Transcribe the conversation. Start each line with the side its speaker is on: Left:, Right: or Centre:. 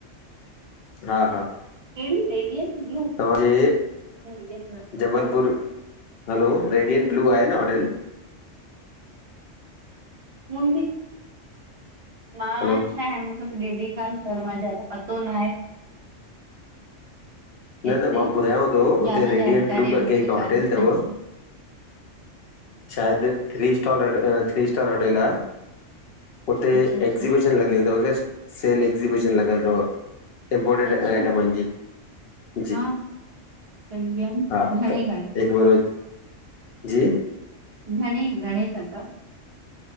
Left: हा हा
Right: कहिड़ी रेडियन ब्लू
Left: तव्हांजे
Right: त इअ त रखंदो
Left: जबलपुर
Right: आहे
Left: हलो रेडियंट ब्लू आहे न होटल
Right: हूंदी मां
Left: हलो
Right: छा हाणे मूंखे त डेडी त पतो न आहे
Left: न
Right: हिते
Left: त मां ॿुधायांव थो उते
Right: ज्यादा
Left: रेडियंट
Right: जानकारी
Left: ब्लू करके
Right: मूंखे
Left: हिकु होटल
Right: कान्हे
Left: अथव
Right: अचछा
Left: शायदि थ्री स्टार होटेल आहे हुते
Right: अच्छा अच्छा
Left: एक्ज़ीबिशन लॻिल अथव के सेल एक्ज़ीबिशन लॻिल अथव। इमपोटड
Right: अच्छा
Left: आइटमनि जी जी
Right: हा सही आहे न
Left: हा
Right: घणे
Left: त
Right: घणे
Left: हिकु भेरो जी
Right: घणे घणे काका